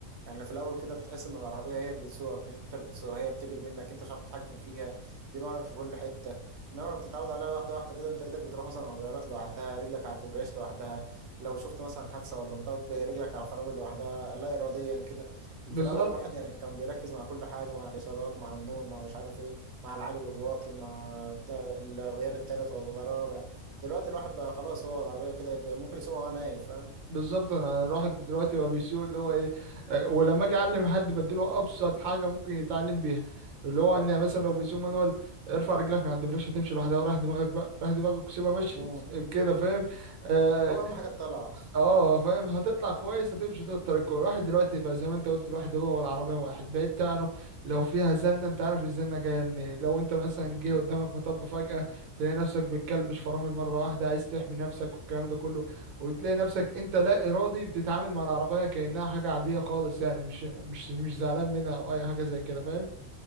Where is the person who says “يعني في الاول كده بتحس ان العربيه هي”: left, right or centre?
Right